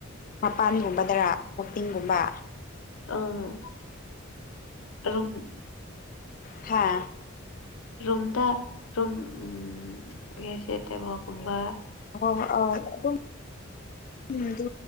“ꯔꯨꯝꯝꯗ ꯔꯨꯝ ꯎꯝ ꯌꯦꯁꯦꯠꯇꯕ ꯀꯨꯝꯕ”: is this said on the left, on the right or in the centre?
Left